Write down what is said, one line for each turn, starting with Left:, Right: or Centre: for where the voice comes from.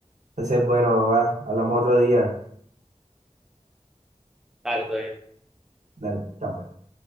Right: Entonces, bueno, papá, hablamos otro día.
Centre: Dale, todo bien.
Right: Dale, chao. pues.